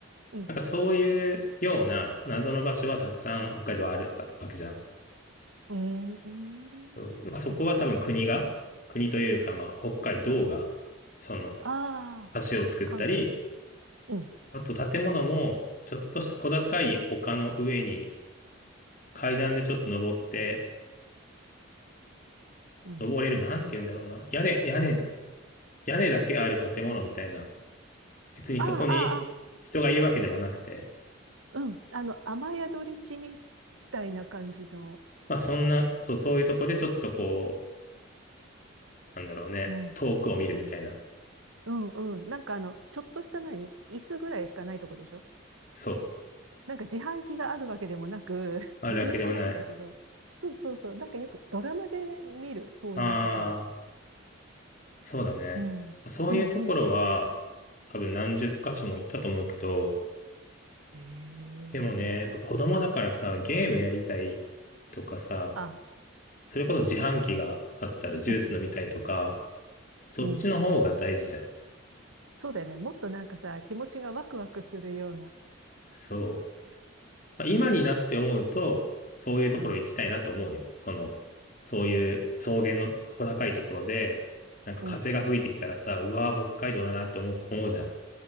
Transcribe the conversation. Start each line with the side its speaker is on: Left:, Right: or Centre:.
Right: うん。
Left: なんかそういうような謎の場所はたくさん北海道あるあわけじゃん。
Right: うーん。
Left: そうまあ、そこは多分国が、国というかまあ北海道が、その
Right: ああ、
Left: 橋を作ったり、
Right: かん、うん、
Left: あと建物も、ちょっとした小高い丘の上に階段でちょっと登って、
Right: うん。
Left: 登れる、なんて言うんだろうな。屋根、屋根、屋根だけある建物みたいな。別にそこに人がいるわけでもなくて、
Right: ああ、ああ、あうん。あの、雨宿り地みたいな感じの、
Left: まあそんな、そう、そういうとこでちょっとこう、なんだろうね、
Right: うん。
Left: 遠くを見るみたいな。
Right: うんうん。なんかあの、ちょっとした何椅子ぐらいしかないとこでしょ
Left: そう。
Right: なんか自販機があるわけでもなく、<laughs>
Left: あるわけでもない。
Right: 何にもないんだけど。そうそうそう。なんかよくドラマで見る、そういうところ。
Left: ああ、そうだね。
Right: うん。
Left: そういうところは、
Right: うんうん。
Left: 多分何十箇所も行ったと思うけど、
Right: へえ。
Left: でもね、やっぱ子供だからさ、ゲームやりたいとかさ、
Right: あ、
Left: それこそ自販機があったらジュース飲みたいとか、
Right: <laughs>
Left: そっちの方が大事じゃん。
Right: うん。そうだよね。もっとなんかさ、気持ちがワクワクするような。
Left: そう。まあ、今になって思うと、
Right: うん、
Left: そういうところ行きたいなと思うよ。
Right: うん、
Left: その、そういう草原の小高いところで、なんか風が吹いてきたらさ、
Right: うん。
Left: うわー北海道だなって思う、思うじゃん。